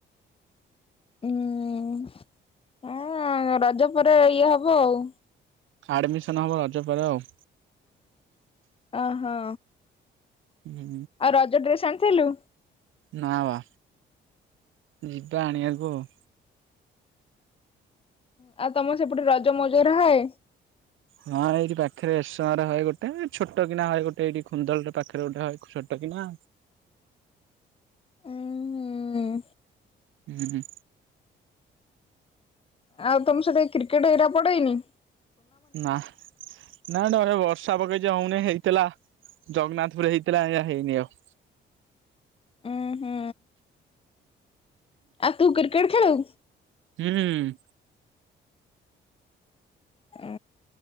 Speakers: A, on the left (about 30°); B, on the right (about 80°).
A: ହୁଁ ହଁ ରଜ ପରେ ଇଏ ହବ ଆଉ
B: ଆଡମିସନ ହବ ରଜପରେ ଆଉ।
A: ଅ ହୋ।
B: ହୁଁ
A: ଆଉ ରଜ ଡ୍ରେସ ଆଣି ଥିଲୁ।
B: ନା ବା ଯିବା ଆଣିବାକୁ ଆଉ।
A: ହଁ ଆଉ ତମର ସେପଟେ ରଜ ମଉଜ ର ହଏ।
B: ହଁ ଏଇଠି ପାଖରେ ଏରସମାରେ ହଏ ଗୋଟେ ଛୋଟ କିନା ହଏ ଗୋଟେ ଏଇଠି ଖୁନ୍ଦଳ ପାଖରେ ଗୋଟେ ହ ଛୋଟ କିନା।
A: ଉଁ ହୁଁ
B: ହୁଁ।
A: ଆଉ ତମ ସେ କ୍ରିକେଟ ହେଇରା ପଡେ ନି
B: ନା ନା ଡରେ ବର ଷା ପକେଇ ଯେ ହଉନି ହେଇଥିଲା ଜଗନ୍ନାଥ ପୁର ହେଇଥିଲା ଏଇଆ ହେଇନି ଆଉ।
A: ଉୁଁ ହୁଁ ଆଉ ତୁ କ୍ରିକେଟ ଖେଳୁ
B: ହୁଁ
A: ଓ